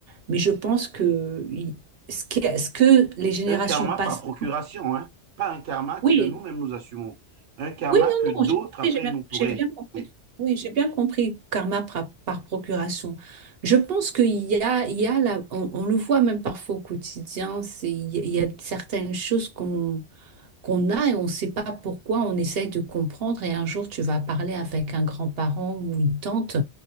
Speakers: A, on the right; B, on the right.
A: mais je pense que il- ce que, ce que les générations
B: un karma
A: passent.
B: par procuration, hein, pas un karma que
A: Oui,
B: nous-mêmes nous assumons, un karma
A: oui, non,
B: que d'autres
A: non, j'ai compris,
B: après
A: j'ai bien,
B: nous pourraient,
A: j'ai bien compris.
B: oui,
A: Oui, j'ai bien compris karma par, par procuration. Je pense qu'il y a, il y a la- on, on le voit même parfois au quotidien, c'est, il y a il y a certaines choses qu'on qu'on a et on ne sait pas pourquoi, on essaye de comprendre et un jour tu vas parler avec un grand-parent ou une tante.